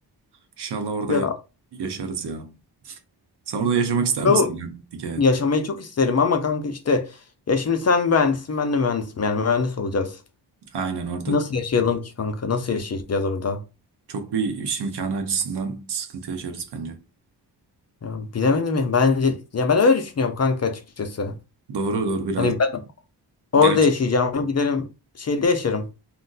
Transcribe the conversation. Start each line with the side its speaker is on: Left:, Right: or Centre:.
Right: İnşallah orada
Left: Ya
Right: yaşarız ya. Sen orada yaşamak ister
Left: ama
Right: misin? ya? Dikkat
Left: yaşamayı çok isterim ama kanka işte ya şimdi sen mühendisin ben de mühendisim yani mühendis olacağız.
Right: Aynen orada
Left: Nasıl yaşayalım ki kanka? Nasıl yaşayacağız orada?
Right: çok bir iş imkanı açısından sıkıntı yaşarız bence.
Left: Ya bilemedim ya. Bence ya ben öyle düşünüyorum kanka açıkçası.
Right: Doğru doğru biraz.
Left: Hani ben orada
Right: Gerçek.
Left: yaşayacağımı giderim şeyde yaşarım.